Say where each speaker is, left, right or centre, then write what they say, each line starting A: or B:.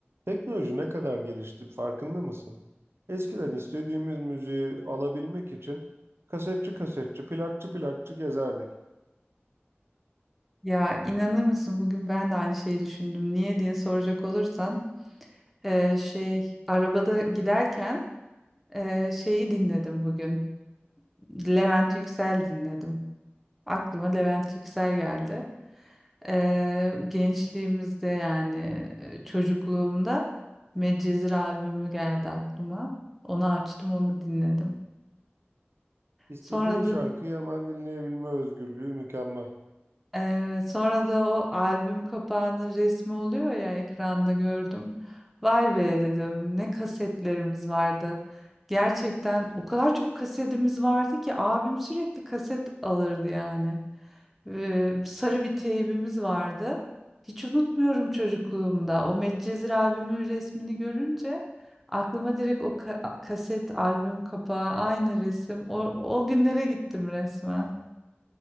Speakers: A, on the right; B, in the centre.
A: Teknoloji ne kadar gelişti farkında mısın? Eskiden istediğimiz müziği alabilmek için kasetçi kasetçi, plakçı plakçı gezerdik.
B: Ya inanır mısın bugün ben de aynı şeyi düşündüm. Niye diye soracak olursan e, şey arabada giderken e, şeyi dinledim bugün. Levent Yüksel dinledim. Aklıma Levent Yüksel geldi. E, gençliğimizde yani e, çocukluğumda Medcezir albümü geldi aklıma. Onu açtım onu dinledim.
A: İstediğin
B: Sonra
A: şarkıyı
B: da
A: hemen dinleyebilme özgürlüğü mükemmel.
B: Evet, sonra da o albüm kapağının resmi oluyor ya ekranda gördüm. Vay be dedim ne kasetlerimiz vardı. Gerçekten o kadar çok kasetimiz vardı ki abim sürekli kaset alırdı yani. Ee, sarı bir teybimiz vardı. Hiç unutmuyorum çocukluğumda. O Medcezir albümün resmini görünce aklıma direkt o ka- kaset albüm kapağı aynı resim. O, o günlere gittim resmen.